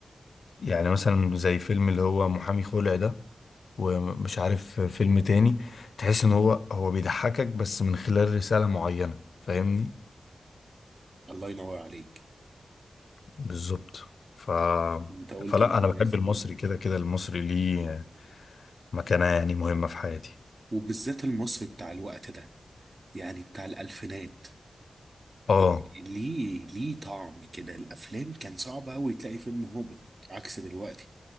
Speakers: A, on the left; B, on the right.
A: يعني مثلا زي فيلم اللي هو محامي خلع ده ومش عارف فيلم تاني تحس ان هو هو بيضحكك بس من خلال رسالة معينة فاهمني
B: الله ينور عليك
A: بالظبط ف
B: انت قلت
A: فلا
B: اللي انا
A: انا بحب
B: عايز اقوله
A: المصري كده كده المصري ليه مكانة يعني مهمة في حياتي
B: وبالذات المصري بتاع الوقت ده يعني بتاع الالفينات
A: اه
B: إيه، ليه ليه طعم كده الافلام كان صعب قوي تلاقي فيلم هابط عكس دلوقتي